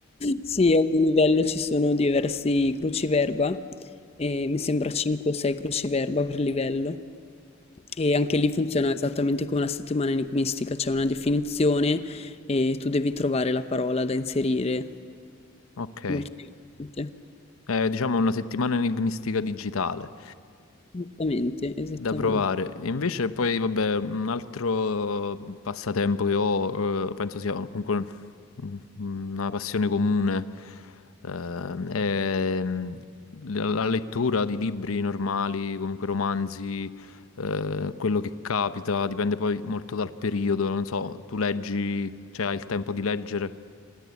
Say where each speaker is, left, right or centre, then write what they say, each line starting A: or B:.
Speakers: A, on the left; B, on the left.
A: Sì, a ogni livello ci sono diversi cruciverba, e mi sembra 5 o 6 cruciverba per livello. E anche lì funziona esattamente come la settimana enigmistica, c'è una definizione e tu devi trovare la parola da inserire.
B: Ok.
A: Molto divertente.
B: Eh, diciamo una settimana enigmistica digitale.
A: Esattamente, esattamen
B: da provare. E invece poi, vabbè, un altro passatempo che ho, eh, penso sia comunque un- una passione comune, eh, è la la lettura di libri normali, comunque romanzi, eh, quello che capita, dipende poi molto dal periodo, non so, tu leggi, cioè hai il tempo di leggere?